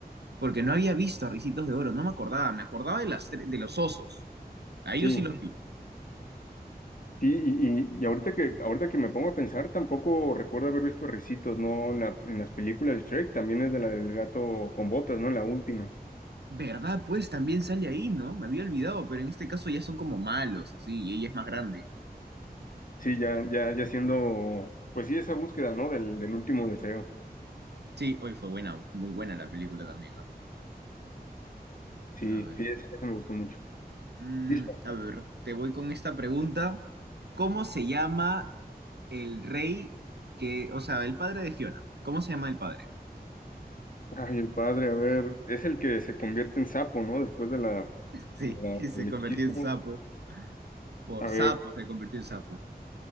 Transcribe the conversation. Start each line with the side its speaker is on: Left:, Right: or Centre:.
Right: porque no había visto a Ricitos de Oro, no me acordaba, me acordaba de, las, tre- de los osos. A ellos
Left: Sí,
Right: sí los vi.
Left: sí. Y, y- y ahorita que, ahorita que me pongo a pensar, tampoco recuerdo haber visto a Ricitos, ¿no? En la- en las películas de Shrek, también es de la del gato con botas, ¿no? En la última.
Right: ¿Verdad? Pues también sale ahí, ¿no? Me había olvidado, pero en este caso ya son como malos, así, y ella es más grande.
Left: Sí, ya, ya, ya siendo, pues sí, esa búsqueda, ¿no? Del, del último deseo.
Right: Sí, hoy fue buena, muy buena la película también, ¿no?
Left: Sí,
Right: A ver.
Left: sí, esa, esa me gustó mucho.
Right: Mm,
Left: Listo.
Right: a ver, te voy con esta pregunta. ¿Cómo se llama el rey que, o sea, el padre de Fiona? ¿Cómo se llama el padre?
Left: Ay, el padre, a ver, es el que se convierte en sapo, ¿no? Después de la,
Right: <laughs> Sí,
Left: de la-
Right: que se
Left: del
Right: convirtió
Left: hechizo.
Right: en sapo. Por
Left: A
Right: sapo
Left: ver,
Right: se convirtió en sapo.